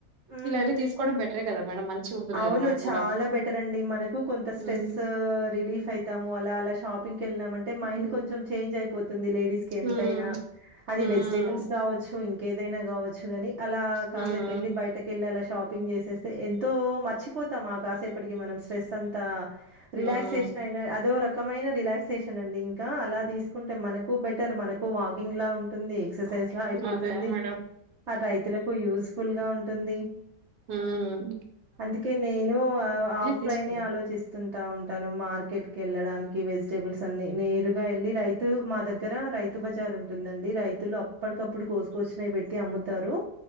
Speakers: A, on the right; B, on the right.
A: హ్మ్.
B: ఇలా వెళ్ళి తీసుకోవడం. <unintelligible> ఉంటుంది
A: అవును
B: కదా మనకు
A: చాలా
B: కూడా
A: బెటర్ అండి మనకు కొంత స్ట్రెస్
B: హ్మ్
A: రిలీఫ్ అయితాము అలా అలా షాప్. వెళ్నామ అంటే మైండ్
B: హ్మ్
A: కొంచెం చేంజ్ అయిపోతుంది లేడీస్కి ఎంతైనా
B: హ్మ్
A: అది
B: హ్మ్
A: వెజిటబుల్స్ కావచ్చు ఇంకేదైనా కావచ్చు గని అలా కాసేపు
B: హ్మ్.
A: ఎల్లి బయట కెళ్ళి అలా షాపింగ్ చేసేస్తే ఎంత తో మర్చిపోతామ కాసేపటికి మనం స్ట్రెస్ అంతా
B: హ్మ్.
A: రిలాక్సేషన్ అయిన అదో రక్ రకమైన రిలాక్సేషన్ అండి ఇంకా అలా తీసుకుంటే మనకు బెటర్ మనకు వాకింగ్లా ఉంటుంది ఎక్సర్సైజ్లా అయిపోతుంది
B: అదే మేడం
A: ఆ రైతులకు యూస్ ఫుల్గా ఉంటుంది.
B: ఉమ్
A: అందుకే నేను ఆ ఆఫ్
B: తీసుకున్నా
A: లైనే ఆలోచిస్తు టా ఉంటాను మార్కెట్ కెళ్ళడానికి వెజిటబుల్స్ అన్ని నేరుగా ఎళ్ళి రైతు మా దగ్గర రైతు బజార్ ఉంటుందండి రైతులు అప్పటికప్పుడు కోసుకొచ్చినయి పెట్టి అమ్ముతారు.